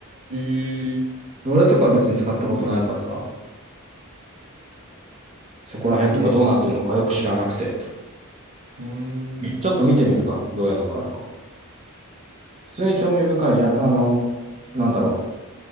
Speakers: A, on the right; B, on the right.
A: えー、
B: 俺とかは別に使ったことないからさ。そこら辺とかどうなってるのかよく知らなくて。
A: な、うーん。
B: ちょっと見てみるか。どういうのがあるか。普通に興味深い。や、あの、なんだろう。